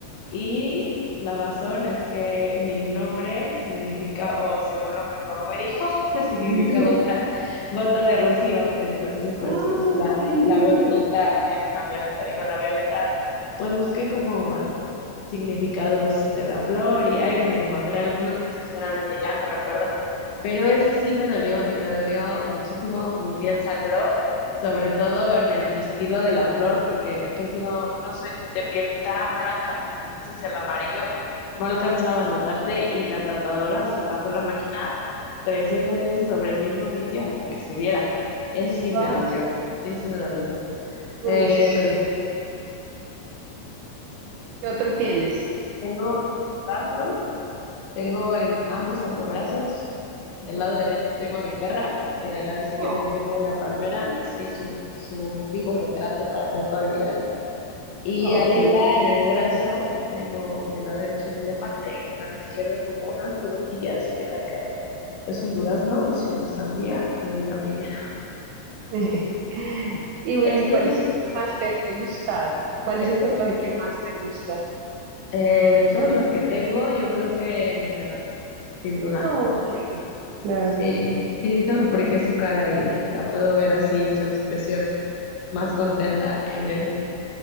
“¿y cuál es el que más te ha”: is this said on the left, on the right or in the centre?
Right